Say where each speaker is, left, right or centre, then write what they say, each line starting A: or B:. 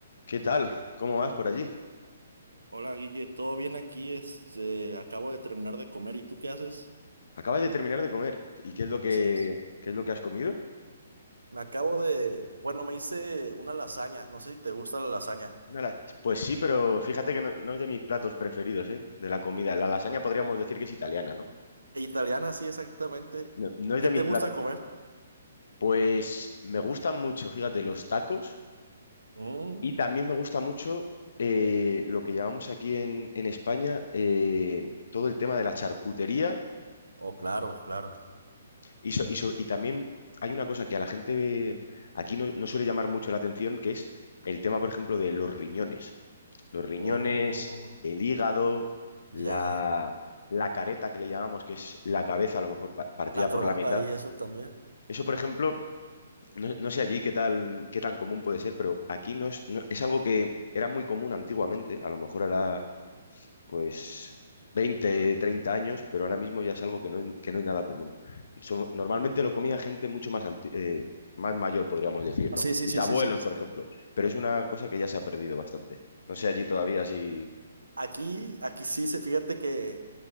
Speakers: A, on the left (about 55°); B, on the right (about 75°).
A: ¿Qué tal? ¿Cómo vas por allí?
B: Hola Guille, ¿todo bien aquí? Este, acabo de terminar de comer. ¿Y tú qué haces?
A: Acabas de terminar de comer. ¿Y qué es lo que,
B: Así es.
A: qué es lo que has comido?
B: Me acabo de, bueno, me hice una lasaña. No sé si te gusta la lasaña.
A: Una la- Pues sí, pero fíjate que no, no es de mis platos preferidos, ¿eh? De la comida. La lasaña podríamos decir que es italiana, ¿no?
B: E Italiana, sí, exactamente.
A: No, no es
B: ¿Qué
A: de mis
B: te gusta
A: platos.
B: comer?
A: Pues me gustan mucho, fíjate, los tacos
B: Mm,
A: y también me gusta mucho eh, lo que llamamos aquí en, en España eh, todo el tema de la charcutería
B: Oh, claro, claro.
A: Y, so- y so- y también hay una cosa que a la gente aquí no, no suele llamar mucho la atención, que es el tema, por ejemplo, de los riñones. Los riñones,
B: Oh,
A: el hígado, la,
B: ya.
A: la careta que le llamamos, que es la cabeza a lo mejor pa- partida
B: La trompa
A: por la mitad.
B: y eso también.
A: Eso, por ejemplo, no, no sé allí qué tal, qué tan común puede ser, pero aquí no es, no- es algo que era muy común antiguamente, a lo mejor ahora pues 20 30 años, pero ahora mismo ya es algo que no, que no es nada común. So- normalmente lo comía gente mucho más, anti- eh, más mayor, podríamos decir, ¿no?
B: Sí, sí,
A: Mis
B: sí,
A: abuelos,
B: sí, sí, sí.
A: por ejemplo, pero es una cosa que ya se ha perdido bastante. No sé allí todavía si...
B: Aquí, aquí sí, se- fíjate que